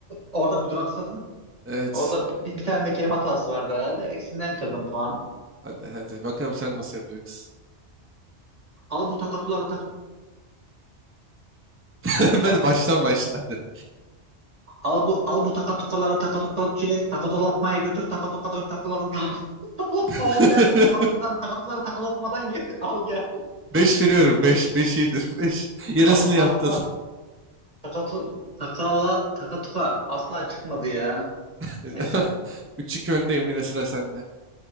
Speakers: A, on the right (about 35°); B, on the right (about 15°).
A: orada bir duraksadın.
B: Evet.
A: Orada bir, bir tane de kelime hatası vardı herhalde. İkisinden kırdım puanı.
B: Hadi hadi bakalım sen nasıl yapacaksın.
A: Al bu takatuları tak...
B: <laughs>
A: Bekle
B: Hadi
A: abi.
B: baştan başla hadi.
A: Al bu al bu takatukaları takatukaçıya takatulatmaya götür takatukadan takatulatma. <laughs> Takatulatma
B: <laughs>
A: abi verse takatucudan takatuları takalatmadan gel al gel.
B: 5 veriyorum.
A: Oğlum,
B: Beş 5 iyidir. Beş. Yarısını
A: Al, asla
B: yaptın.
A: takatu takala takatuka asla çıkmadı ya.
B: <laughs>
A: Neyse.
B: 3-2 öndeyim yine sıra sende.